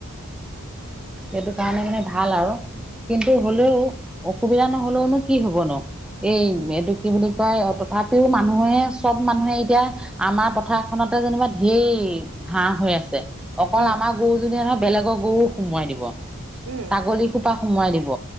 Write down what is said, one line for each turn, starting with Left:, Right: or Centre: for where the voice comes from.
Centre: এইটো কাৰণে মানে ভাল আৰু কিন্তু হ'লেও অসুবিধা নহ'লেওঁনো কি হব ন, এই
Right: উম
Centre: এইটো কি বুলি কয় তথাপিও মানুহে চব মানুহে এতিয়া আমাৰ পথাৰখনতে যেনিবা ধেই ঘাঁহ হৈ আছে। অকল
Right: উম
Centre: আমাৰ গৰুজনীয়ে নহয় বেলেগৰ গৰুও সোমোৱাই দিব
Right: উম
Centre: ছাগলী খু- পা সোমোৱাই দিব।